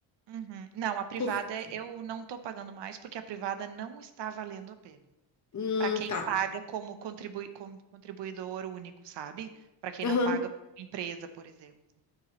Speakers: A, on the right; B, on the left.
A: Uhum. Não, a privada
B: Por quê?
A: eu não estou pagando mais porque a privada não está valendo a pena.
B: Hum,
A: Para quem
B: tá.
A: paga como, contribui, como contribuidor único, sabe? Para quem
B: Aham.
A: não paga como empresa, por exemplo.